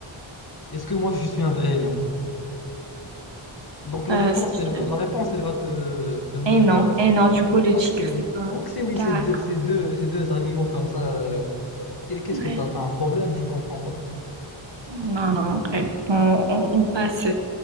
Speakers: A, on the left; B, on the right.
A: Est-ce que moi, je suis un vrai lion? Donc, la
B: Euh,
A: réponse,
B: ça,
A: elle, la
B: je-
A: réponse, elle va te, te mener
B: eh
A: vers
B: non,
A: la réponse.
B: eh non, du coup, le
A: Donc,
B: tigre,
A: c'est oui.
B: c'est pas.
A: Donc, c'est oui,
B: D'accord.
A: ces deux, ces deux, ces deux animaux comme ça. euh, qu'est- qu'est-ce
B: Ouais.
A: que t'as? T'as un problème? Je comprends pas.
B: Non, non, bref, on, on, on passe.